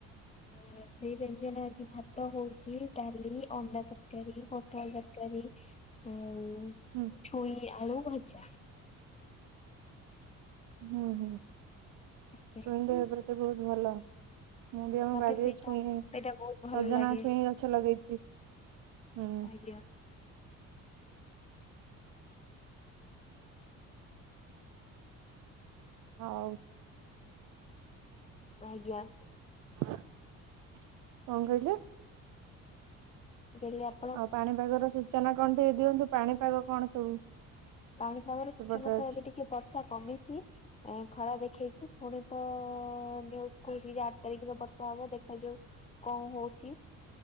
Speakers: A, on the left; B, on the right.
A: ରୋଷେଇ ବ୍ୟଞ୍ଜନ ଆଜି ଭାତ ହଉଛି। ଡାଲି ଅଣ୍ଡା ତରକାରୀ ପଟଳ ତରକାରୀ ଆଉ
B: ହୁଁ।
A: ଛୁଇଁ ଆଳୁ ଭଜା।
B: ହୁଁ ହୁଁ
A: ଆଜ୍ଞା
B: ଛୁଇ ଦେହ ପ୍ରତି ବହୁତ ଭଲ। ମୁଁ ବି ଆମ
A: ମତେ
B: ବାଡିରେ
A: ସେଇଟା
B: ଛୁଇଁ
A: ସେଇଟା ବହୁତ ଭଲ
B: ସଜନା
A: ଲାଗେ
B: ଛୁଇଁ ଗଛ ଲଗେଇଛି। ହୁଁ।
A: ଆଜ୍ଞା
B: ହଉ।
A: ଆଜ୍ଞା।
B: କଣ କହିଲେ?
A: କହିଲି ଆପ
B: ଆଉ ପାଣିପାଗ ର ସୂଚନା କଣ ଟିକେ ଦିଅନ୍ତୁ ପାଣିପାଗ କଣ ସବୁ?
A: ପାଣିପାଗର
B: ସେପଟେ
A: ସୂଚନତା
B: ଅଛି?
A: ଏବେ ଟିକେ ବର୍ଷା କମିଛି। ଏ ଖରା ଦେଖେଇଛି ପୁଣି ତ ନିଉଜ କହୁଚି ଯେ ଆଠ ତାରିଖରେ ବର୍ଷା ହବ ଦେଖାଯାଉ କଣ ହଉଚି।